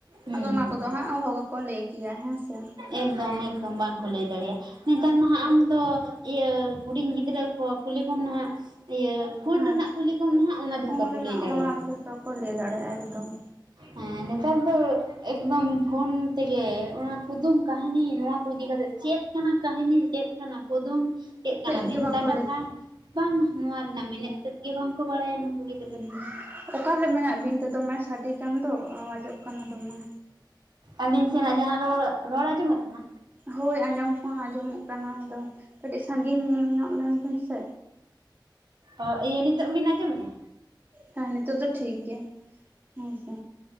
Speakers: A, on the right; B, on the right.
A: ᱦᱩᱸ
B: ᱟᱫᱚ ᱚᱱᱟ
A: ᱦᱩᱸ
B: ᱠᱚᱫᱚ ᱦᱟᱸᱜ ᱚᱦᱚ ᱜᱮᱠᱚ ᱞᱟᱹᱭ ᱠᱮᱭᱟ ᱦᱮᱸ ᱥᱮ
A: ᱮᱠᱫᱚᱢ ᱮᱠᱫᱚᱢ ᱵᱟᱝᱠᱚ ᱞᱟᱹᱭ ᱫᱟᱲᱮᱭᱟᱜᱼᱟ ᱱᱮᱛᱟᱨ ᱱᱟᱦᱟᱜ ᱟᱢᱫᱚ ᱤᱭᱟᱹ ᱦᱩᱰᱤᱧ ᱜᱤᱫᱽᱨᱟᱹ ᱠᱚ ᱠᱩᱞᱤ ᱠᱚᱢ ᱱᱟᱦᱟᱜ ᱤᱭᱟᱹ ᱯᱷᱳᱱ
B: ᱦᱮᱸ
A: ᱨᱮᱱᱟᱜ ᱠᱩᱞᱤ ᱠᱚᱢ ᱱᱟᱦᱟᱜ ᱚᱱᱟ
B: ᱯᱷᱳᱱ
A: ᱡᱷᱚᱛᱚ
B: ᱨᱮᱱᱟᱜ
A: ᱠᱚ ᱞᱟᱹᱭ ᱫᱟᱲᱮᱭᱟᱢᱟ
B: ᱚᱱᱟ ᱡᱚᱛᱚ ᱠᱚ ᱞᱟᱹᱭ ᱫᱟᱲᱮᱭᱟᱜᱼᱟ ᱮᱠᱫᱚᱢ
A: ᱦᱮᱸ ᱱᱮᱛᱟᱨ ᱫᱚ ᱮᱠᱫᱚᱢ ᱯᱷᱳᱱ ᱛᱮᱜᱮ ᱚᱱᱟ ᱠᱩᱫᱩᱢ ᱠᱟᱹᱦᱱᱤ ᱱᱚᱣᱟ ᱠᱚ ᱤᱫᱤ ᱠᱟᱛᱮᱫ ᱪᱮᱫ ᱠᱟᱱᱟ ᱠᱟᱹᱦᱱᱤ ᱪᱮᱫ ᱠᱟᱱᱟ ᱠᱩᱫᱩᱢ ᱪᱮᱫ ᱠᱟᱱᱟ
B: ᱜᱮ
A: ᱵᱷᱮᱱᱛᱟ
B: ᱵᱟᱠᱚ
A: ᱠᱟᱛᱷᱟ
B: ᱞᱟᱹᱭ
A: ᱵᱟᱝ ᱱᱚᱣᱟ ᱨᱮᱱᱟᱜ ᱢᱮᱱᱮᱛ ᱛᱮᱫ ᱜᱮ ᱵᱟᱝ ᱠᱚ ᱵᱟᱲᱟᱭᱟ ᱜᱤᱫᱽᱨᱟᱹ
B: ᱦᱮᱸ ᱚᱠᱟᱞᱮ ᱢᱮᱱᱟᱜ ᱵᱤᱱ ᱛᱮ ᱫᱚᱢᱮ ᱥᱟᱰᱤ ᱠᱟᱱ ᱫᱚ ᱟᱣᱟᱡᱚᱜ ᱠᱟᱱᱟ ᱫᱚᱢᱮ
A: ᱟᱹᱞᱤᱧ ᱥᱮᱱᱟᱜ ᱡᱟᱦᱟᱸ ᱨᱚᱲ ᱨᱚᱲ ᱟᱸᱡᱚᱢᱚᱜ ᱠᱟᱱᱟ
B: ᱦᱳᱭ ᱟᱸᱡᱚᱢ ᱠᱚᱦᱚᱸ ᱟᱸᱡᱚᱢᱚᱜ ᱠᱟᱱᱟ ᱟᱫᱚ ᱠᱟᱹᱴᱤᱡ ᱥᱟᱺᱜᱤᱧ ᱧᱮᱞ ᱧᱚᱜ <inaudible> ᱥᱮ
A: ᱚ ᱤᱭᱟᱹ ᱱᱤᱛᱳᱜ ᱵᱤᱱ ᱟᱸᱡᱚᱢᱮᱜᱼᱟ
B: ᱦᱮᱸ ᱱᱤᱛᱚᱜ ᱫᱚ ᱴᱷᱤᱠ ᱜᱮᱭᱟ ᱦᱮᱸᱥᱮ